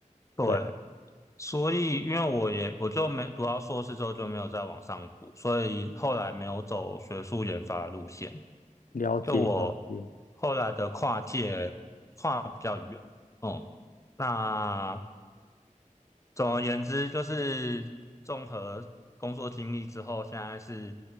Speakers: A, on the left; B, on the left.
A: 对，
B: 对，
A: 所以因为我也我就没读到硕士之后就没有再往上读，所以后来没有走学术研发的路线。
B: 了解了解，
A: 就我后来的跨界跨比较远，嗯，那总而言之就是综合工作经历之后，现在是